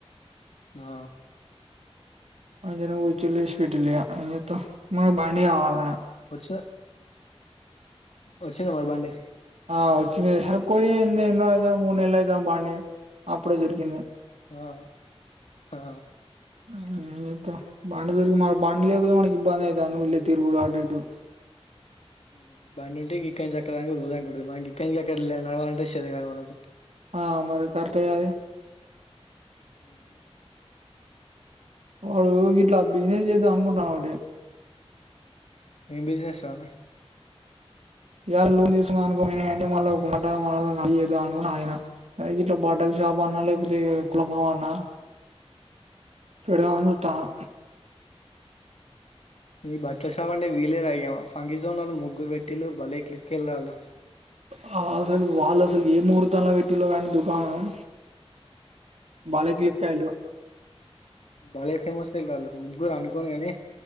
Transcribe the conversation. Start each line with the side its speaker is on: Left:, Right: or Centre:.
Left: ఆ
Right: అందనే కూచి లు ఏసి పెట్టిలు ఇగ ఎం చేత్తం మనకు బండి కావాల
Left: వచ్చ ఆ వ చ్చుగా మరి బండి
Right: ఆ వచ్చింది ఆ హే కో ఏంది ఏందో అదే మూడు నేళ్ల అయితంది బండి అప్పుడే దొరికింది
Left: ఆ హా
Right: హుం ఏం చెత్తావ్ బండి దొరికి మర్ బండి లేకపోతే మనకు ఇబ్బంది ఐత్ బెంగళూరులో తిరుగుడు అటు ఇటు
Left: ఉమ్ బండి ఉంటే గిక్కడ నుంచి అక్కడ దాక పోదు అనుకుంటదీ మన్ గిక్కడ నుంచి అక్కడికి నడవాలంటే శాత కాదు మనకు
Right: ఆ మరి కరెక్టే గా అది
Left: హు మ్
Right: వాడు గిట్లా బిజినెస్ చేద్దాం అనుకుంటన్ ఓటి
Left: ఏం బిజినెస్ రా
Right: ఇయాల లోన్ తీసుకుందం అనుకోనీ <unintelligible> మళ్ళ ఒక మాట మళ్ళ మతికి చేద్దాం అనుకొని ఆగిన అదే గిట్ల బట్టలు షాప్ అన్నా లేకపోతే కులకు లో అన్నా పెడుదాం అని చూత్తన్నా
Left: నీ బట్టల్ షాప్ అంటే వీలే రా ఇగ ఫంకిీజోన్ నోళ్ళు ముగ్గురు పెట్టిలు భలే క్లిక్ వళు
Right: హా అసలు వాళ్ళు అసలు ఏ ముహూర్తన్న లో పెటీలో కానీ దుకాణం బలే క్లిక్ అయిల్లు
Left: బలే ఫేమస్ లే రాలు ముగ్గురు అనుకోని అనే